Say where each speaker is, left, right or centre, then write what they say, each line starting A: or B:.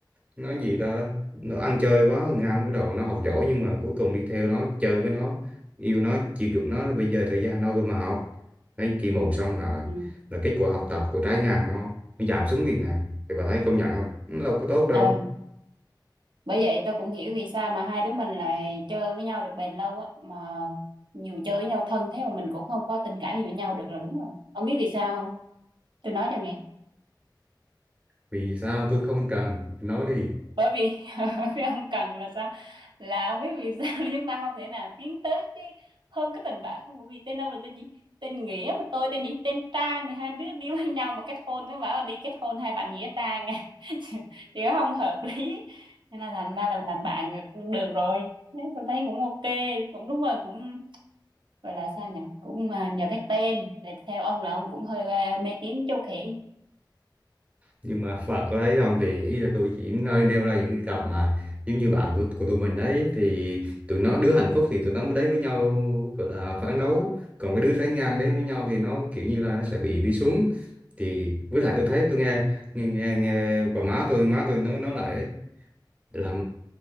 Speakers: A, on the right; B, on the right.
A: nó gì ta nó ăn chơi quá thằng Ngang bắt đầu nó học giỏi nhưng mà cuối cùng đi theo nó chơi với nó yêu nó chiều chuộng nó là bây giờ thời gian đâu cơ mà học đấy kỳ một xong là
B: ừ.
A: là kết quả học tập của trái Ngang nó nó giảm xuống liền à thì bà thấy công nhận không nó đâu có tốt đâu
B: ờ, bởi vậy tôi cũng hiểu vì sao mà hai đứa mình lại chơi với nhau được bền lâu á mà dù chơi với nhau thân thế mà mình cũng không có tình cảm gì với nhau được là đúng rồi ông biết vì sao không tôi nói cho nghe
A: vì sao tôi không cần nói đi
B: bởi vì <laughs> cái ông cần là sao là không biết vì sao <laughs> là chúng ta không thể nào tiến tới cái hơn cái tình bạn không bởi vì tên ông là tên gì tên Nghĩa mà tôi tên gì tên Trang thì hai đứa đi với nhau mà kết hôn nó bảo là đi kết hôn hai bạn Nghĩa Trang à. <laughs> thì nó không hợp lý nên là thành ra là mình làm bạn được, được rồi đấy tôi thấy cũng ok cũng đúng rồi cũng gọi là sao nhỉ cũng à, nhờ cái tên để theo ông là ông cũng hơi à, mê tín châu khỉ
A: nhưng mà và có thấy không thì ý là tôi chỉ nơi nêu ra những cái cặp mà giống như bạn của, của tụi mình đấy thì tụi nó đứa hạnh phúc thì tụi nó mới đấy với nhau gọi là phản đấu còn cái đứa trái ngang đấy với nhau thì nó kiểu như là nó sẽ bị đi xuống thì với lại tôi thấy tôi nghe nghe nghe, nghe bà má tôi má tôi nói nói lại ấy, là